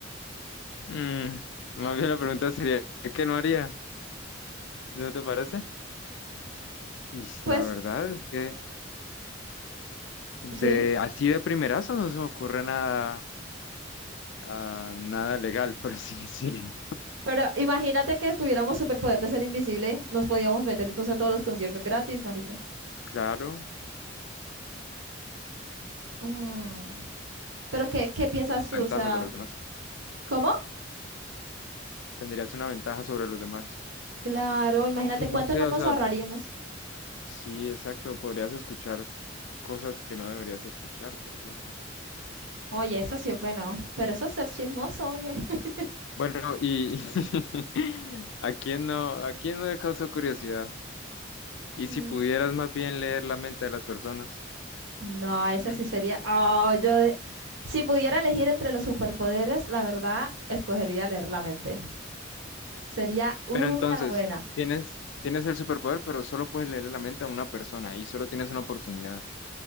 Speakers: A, on the left; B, on the right.
A: Mm, más bien la pregunta sería, ¿qué no haría? ¿No te parece? Y
B: Pues
A: la verdad es que de
B: sí.
A: así de primerazo no se me ocurre nada Ah, nada legal, <laughs> por así decirlo.
B: Pero imagínate que tuviéramos superpoder de ser invisible, nos podíamos meter entonces a todos los conciertos gratis, marica.
A: Claro,
B: Mm, Pero ¿qué, qué piensas tú?
A: Ventaja
B: O sea,
A: sobre los demás.
B: ¿cómo?
A: tendrías una ventaja sobre los demás.
B: Claro, imagínate
A: Es que
B: cuánto
A: no sé,
B: no nos
A: o sea,
B: ahorraríamos.
A: sí, exacto, podrías escuchar cosas que no deberías escuchar, por ejemplo.
B: Oye, eso sí es bueno, pero eso es ser chismoso, oye. <laughs>
A: Bueno, y <laughs> ¿a quién no, a quién no le causó curiosidad? Y
B: Mm,
A: si pudieras más bien leer la mente de las personas.
B: No, ese
A: ¿Mm?
B: sí sería. Oh, yo de- Si pudiera elegir entre los superpoderes, la verdad, escogería leer la mente. Sería una
A: Pero entonces,
B: buena.
A: tienes, tienes el superpoder, pero solo puedes leer la mente a una persona y solo tienes una oportunidad.